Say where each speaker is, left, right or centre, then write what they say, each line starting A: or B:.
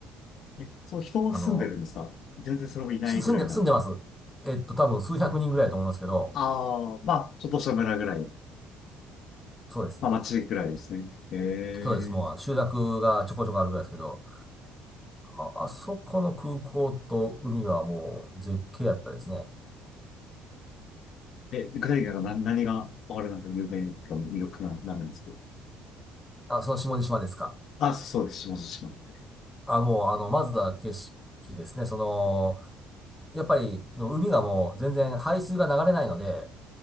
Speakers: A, on the left; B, in the centre.
A: え、そう、人は住んでるんですか全然それもいないぐらいな。
B: あの、し住んで、住んでます。えっと、多分数百人ぐらいだと思いますけど、
A: ああ、まあ、ちょっとした村ぐらい。
B: そうですね。
A: まあ、町ぐらいですね。えー、
B: そうです。もう集落がちょこちょこあるぐらいですけど、あ、あそこの空港と海はもう絶景やったですね。
A: え、具体的に何、何が、あれなんか有名に、魅力な、なるんですか
B: あ、その下地島ですか。
A: あ、そうです。下地島って。
B: あ、もう、あの、まずは景色ですね。その、やっぱり、海がもう全然排水が流れないので、